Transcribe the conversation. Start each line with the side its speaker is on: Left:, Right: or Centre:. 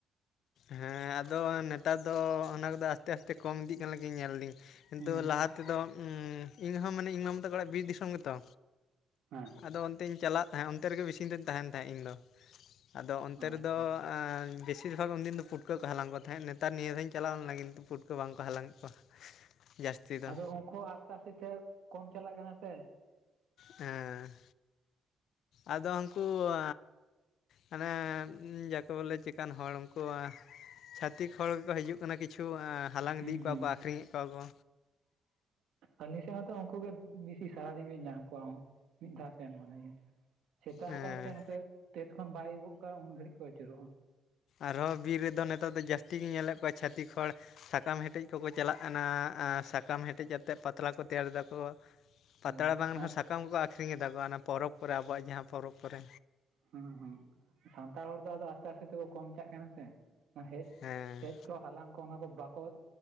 Left: ᱦᱮᱸ, ᱟᱫᱚ ᱱᱮᱛᱟᱫᱽ ᱫᱚ ᱚᱱᱟ ᱠᱚᱫᱚ ᱟᱥᱛᱮ-ᱟᱥᱛᱮ ᱠᱚᱢ ᱫᱤᱜ ᱠᱟᱱ ᱞᱮᱠᱟᱹᱧ ᱧᱮᱞᱫᱤᱧ᱾ ᱤᱱᱛᱩ
Right: ᱦᱩᱸ
Left: ᱞᱟᱦᱟ ᱛᱮᱫᱚ ᱩᱸ ᱤᱧᱦᱚᱸ ᱢᱟᱱᱮ ᱤᱧ ᱢᱟᱢᱩ ᱛᱟᱠᱚ ᱚᱲᱟᱜ ᱵᱤᱨ ᱫᱤᱥᱚᱢ ᱜᱮᱛᱚ᱾
Right: ᱮᱸ᱾
Left: ᱟᱫᱚ ᱚᱱᱛᱮᱹᱧ ᱪᱟᱞᱟᱜ ᱛᱟᱦᱮᱸᱜ, ᱚᱱᱛᱮ ᱨᱮᱜᱮ ᱵᱮᱥᱤᱧ ᱫᱩᱧ ᱛᱟᱦᱮᱱ ᱛᱟ ᱤᱧᱫᱚ, ᱟᱫᱚ ᱚᱱᱛᱮ
Right: ᱟᱪᱪᱷᱟ
Left: ᱨᱮᱫᱚ ᱟᱸ ᱵᱮᱥᱤᱨ ᱵᱷᱟᱜᱽ ᱩᱱᱫᱤᱱ ᱯᱩᱴᱠᱟᱹ ᱠᱚ, ᱦᱟᱞᱟᱝ ᱠᱚ ᱛᱷᱮᱸᱜ, ᱱᱮᱛᱟ ᱱᱤᱭᱟᱹ ᱫᱷᱟᱹᱣᱤᱧ ᱪᱟᱞᱟᱶ ᱞᱟᱹᱜᱤᱫ᱾ ᱯᱩᱴᱠᱟᱹ ᱵᱟᱝ ᱠᱚ ᱦᱟᱞᱟᱝᱮᱜ ᱠᱚᱣᱟ᱾ ᱡᱟᱹᱥᱛᱤ ᱫᱚ
Right: ᱟᱫᱚ ᱩᱝᱠᱷᱩᱶ ᱟᱥᱛᱮ-ᱟᱥᱛᱮ ᱛᱮ ᱠᱚᱢ ᱪᱟᱞᱟᱜ ᱠᱟᱱᱟ ᱥᱮ᱾
Left: ᱦᱮᱸ᱾ ᱟᱫᱚ ᱟᱝᱠᱩ <inaudible> ᱦᱟᱱᱮ ᱡᱟᱠᱮ ᱵᱚᱞᱮ ᱪᱮᱠᱟᱱ ᱦᱚᱲ ᱩᱱᱠᱩᱣᱟᱜ ᱪᱷᱟᱛᱤᱠ ᱦᱚᱲ ᱜᱮᱠᱚ ᱦᱤᱡᱩᱜ ᱠᱟᱱᱟ ᱠᱤᱪᱷᱩ ᱮᱸᱜ ᱦᱟᱞᱟᱝ
Right: ᱦᱩᱸ
Left: ᱤᱫᱤᱭᱮᱫ ᱠᱚᱣᱟ
Right: ᱦᱩᱸ
Left: ᱠᱚ ᱟᱠᱷᱨᱤᱧᱮᱜ ᱠᱚᱣᱟ ᱠᱚ᱾
Right: ᱟᱹᱞᱤᱧ ᱥᱮᱫ ᱢᱟᱛᱚ ᱩᱱᱠᱩ ᱜᱮ ᱵᱤᱥᱤ ᱥᱟᱨᱟᱫᱤᱱ ᱵᱤᱱ ᱧᱟᱢ ᱠᱚᱣᱟ ᱦᱩᱸ ᱢᱤᱫ ᱫᱷᱟᱣ ᱥᱮᱱ ᱢᱟᱱᱮ ᱜᱮ ᱥᱮᱛᱟᱜ
Left: ᱦᱮᱸ
Right: ᱦᱟᱠᱟᱱ ᱥᱮ ᱱᱚᱛᱮ ᱛᱤᱥ ᱠᱷᱚᱱ ᱵᱟᱭ ᱟᱭᱩᱵᱚᱜ ᱠᱟᱱᱟ ᱩᱱ ᱜᱷᱟᱹᱲᱤᱡ ᱠᱚ ᱟᱹᱪᱩᱨᱚᱜ-ᱟ᱾
Left: ᱟᱨᱦᱚ ᱵᱤᱨ ᱨᱮᱫᱚ ᱱᱮᱛᱟᱨ ᱫᱚ ᱡᱟᱹᱥᱛᱤ ᱜᱤᱧ ᱧᱮᱞᱮᱜ ᱠᱚᱣᱟ ᱪᱷᱟᱹᱛᱤᱠ ᱦᱚᱲ᱾ ᱥᱟᱠᱟᱢ ᱦᱮᱴᱮᱡ ᱠᱚᱠᱚ ᱪᱟᱞᱟᱜ ᱠᱟᱱᱟ ᱟᱨ ᱥᱟᱠᱟᱢ ᱦᱮᱴᱮᱡ ᱠᱟᱛᱮᱫ ᱯᱟᱛᱞᱟ ᱠᱚ ᱛᱮᱭᱟᱨ ᱫᱟᱠᱚ᱾ ᱯᱟᱛᱲᱟ
Right: ᱦᱩᱸ
Left: ᱵᱟᱝ ᱨᱮᱦᱚᱸ
Right: ᱟᱨ
Left: ᱥᱟᱠᱟᱢ ᱠᱚᱠᱚ ᱟᱠᱷᱨᱤᱧ ᱮᱫᱟ ᱠᱚ ᱚᱱᱟ ᱯᱚᱨᱚᱵᱽ ᱠᱚᱨᱮ ᱟᱵᱚᱣᱟᱜ ᱡᱟᱦᱟᱸ ᱯᱚᱨᱚᱵᱽ ᱠᱚᱨᱮ
Right: ᱦᱩᱸ ᱦᱩᱸ ᱥᱟᱱᱛᱟᱲ ᱦᱚᱲ ᱫᱚ ᱟᱫᱚ ᱟᱥᱛᱮ ᱟᱥᱛᱮ ᱛᱮᱠᱚ ᱠᱚᱢᱪᱟᱜ ᱠᱟᱱᱟ ᱥᱮ ᱦᱮᱡ
Left: ᱦᱮᱸ
Right: ᱦᱮᱡ ᱛᱚ ᱦᱟᱞᱟᱝ ᱠᱚ ᱚᱱᱟ ᱠᱚ ᱵᱟᱠᱚ